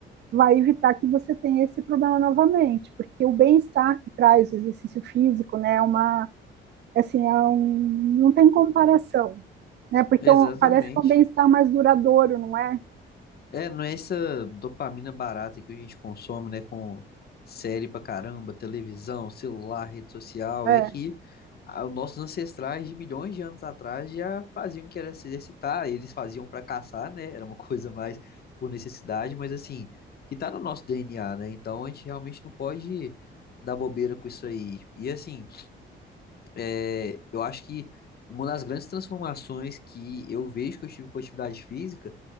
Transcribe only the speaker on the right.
vai evitar que você tenha esse problema novamente. Porque o bem-estar que traz o exercício físico, né, é uma, assim, é um, não tem comparação, né? Porque
é um, parece que é um bem-estar mais duradouro, não é?
É,